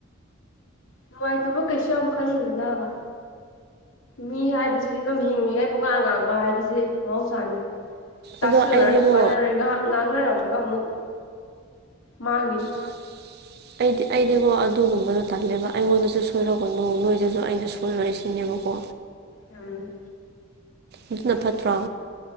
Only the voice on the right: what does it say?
ꯑꯗꯣ ꯑꯩꯗꯤꯀꯣ
ꯍ ꯑꯩꯗꯤ ꯑꯩꯗꯤꯀꯣ ꯑꯗꯨꯒꯨꯝꯕꯗꯣ ꯇꯜꯂꯦꯕ ꯑꯩꯉꯣꯟꯗꯁꯨ ꯁꯣꯏꯔꯣꯀꯣꯏ ꯅꯨ ꯅꯣꯏꯗꯁꯨ ꯑꯩꯅ ꯁꯣꯏꯔꯣꯏꯁꯤꯅꯦꯕꯀꯣ
ꯑꯗꯨꯅ ꯐꯠꯇ꯭ꯔꯣ